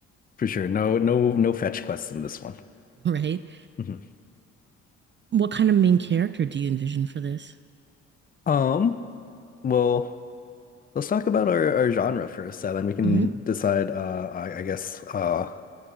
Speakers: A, on the left; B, on the right.
A: For sure. No, no, no fetch quests in this one.
B: <laughs> right?
A: hmm
B: What kind of main character do you envision for this?
A: Um, well, let's talk about our, our genre first, so then we can
B: Mm-hmm.
A: decide uh I, I guess uh